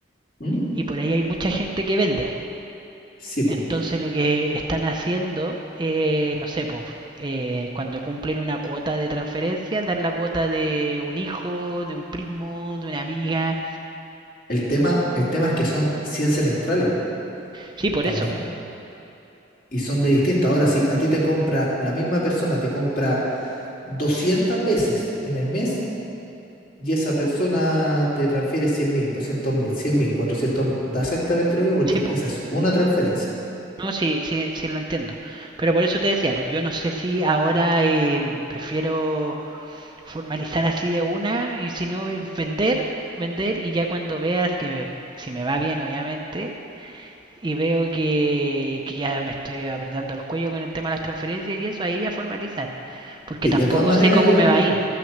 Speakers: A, on the left (about 45°); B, on the right (about 20°).
A: ¿Mm?
B: y por ahí hay mucha gente que vende.
A: Sí, pues.
B: Entonces lo que están haciendo, eh, no sé, pues, eh, cuando cumplen una cuota de transferencia, dar la cuota de un hijo, de un primo, de una amiga.
A: El tema, el tema es que son 100 semestrales
B: Sí, por
A: también.
B: eso,
A: Y son de distintas. Ahora, si a ti te compra, la misma persona te compra 200 veces en el mes y esa persona te transfiere cien mil, doscientos mil, cien mil, cuatrocientos mil. Da exactamente lo mismo porque
B: sí, pues,
A: esa es una transferencia.
B: no, sí, sí, sí lo entiendo. Pero por eso te decía, pues yo no sé si ahora em, prefiero formalizar así de una y si no vender, vender y ya cuando veas que si me va bien obviamente y veo que, que ya me estoy apretando el cuello con el tema de las transferencias y eso, ahí ya formalizar. Porque
A: Sí,
B: tampoco
A: de todas maneras,
B: sé cómo
A: yo,
B: me va a ir.